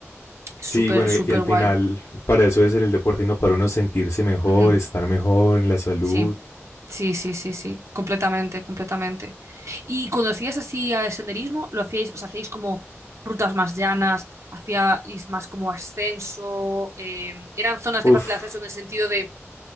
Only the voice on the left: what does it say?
Sí,
bueno,
y, y al
final, para eso es el deporte, ¿no? Para uno sentirse mejor,
estar mejor en la salud.
Uf,